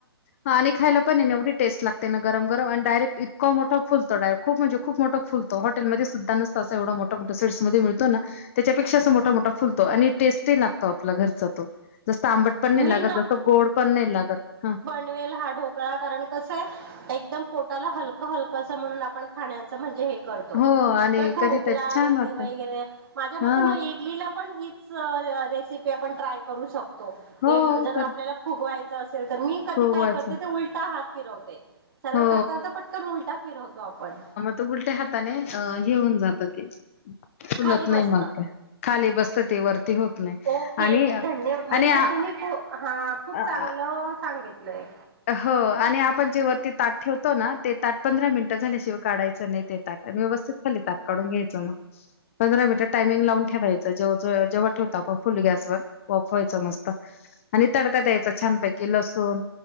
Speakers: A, on the left (about 30°); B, on the right (about 60°).
A: ह आणि खायला, पण एवढ टेस्ट लागते ना गरम गरम, डायरक्ट इतका मोठा फुलतोडारे खूप म्हजे, खूप मोठा फुतो हॉटेमध्ये सुध न तसा एवढा मोठ्या, मोठ्या सेट् मध्ये मिळतो ना, त्याच्यापेक्षा अस मोठा मोठा, फुलतो आणि टेस्ट लागतो, आपला घरचा तो जस्त आंबट पण
B: मी
A: नाही लागत जसं, गोड पण नाही लागत हा,
B: दर वेळेला हा ढोकळा करणं कसं आहे, एकदम पोटाला हलका हलक असं म्हणून आपण, खाण्याच म्हणजे हे करतो,
A: हो आणि
B: तर ढोकला,
A: कधीतरी छान
B: इडली
A: वाटतं
B: वगैरे, माझ्या मते
A: हा
B: मग इडलीला पण ह रेसिपी आपण ट्राय करू शकतो,
A: हो
B: जर
A: तर
B: आपल्याला फुग वयच असेल तर मी कधी
A: फुगवायचं
B: काय करते ते उलटा, हात फिरवते सर्व
A: हो
B: करता, करता पटकन उलटा फिरवतो आपण,
A: त उलट्या हाताने अ, घेऊन जात ते फुलत
B: खाली बसता
A: नाही म्हन्ते, खाली बसतते वरती होत.
B: ओके
A: आणि
B: धन्य म्हणजे
A: आणि आ-
B: तुम्ही खू हा, खूप
A: अ
B: चांगलं
A: आ
B: सांगितलंय.
A: हो आणि आपण जे वरती ताट ठेवतो ना, ते ताट पंधरा मिनिटं झाल्याशिवाय काढायचं नाही ते, व्यवस्थित खली त काढून घ्यायच, ना पंधरा मिनट टायमिंग लावून ठेवायचं जे, जेंव्हा ठेवता तेंव्हा फुल गॅस वर, वाफवायच मस्त आणि तडखा द्यायचा छान पैकी, लसूून